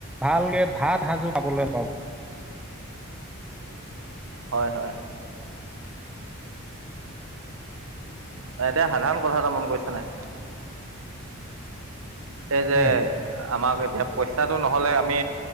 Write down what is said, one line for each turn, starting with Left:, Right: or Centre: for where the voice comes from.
Centre: ভালকে ভাত সাজু খাবলৈ পাব
Right: হয়-হয়। এতিয়া সাধাৰণ কথা এটা মন কৰিছে নাই? এই যে
Centre: উম
Right: আমাক এতিয়া পইচাটো নহ'লে আমি